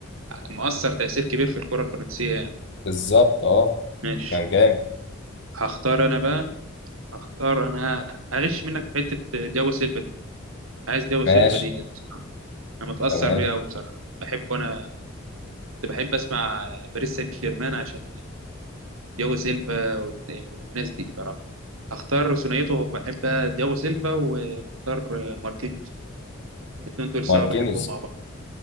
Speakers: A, on the right; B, on the left.
A: مؤثر تأثير كبير في الكرة الفرنسية يعني
B: بالظبط اه
A: ماشي
B: كان جامد
A: هختار انا بقى هختار انا هغش منك في حتة دياغو سيلفا دي عايز دياغو سيلفا
B: ماشي
A: دي بصراحة انا متأثر
B: تمام
A: بيها وبصراحة بحبه انا كنت بحب اسمع باريس سان جيرمان عشان دياغو سيلفا وال- والناس دي بصراحه هختار ثنائيته بحب دياغو سيلفا وبختار ماركينيوس الاثنين دول سوا
B: ماركينيز
A: بحبهم مع بعض